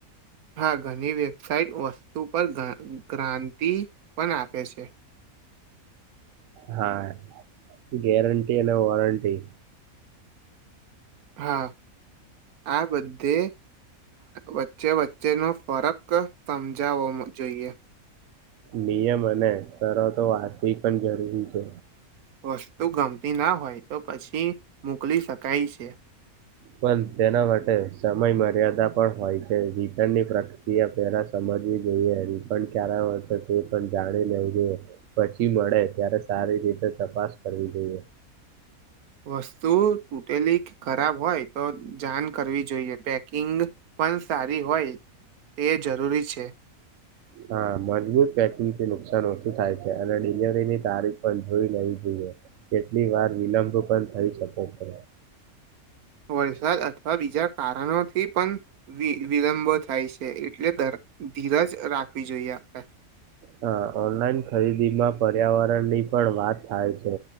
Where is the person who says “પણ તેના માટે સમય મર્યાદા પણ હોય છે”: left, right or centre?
Right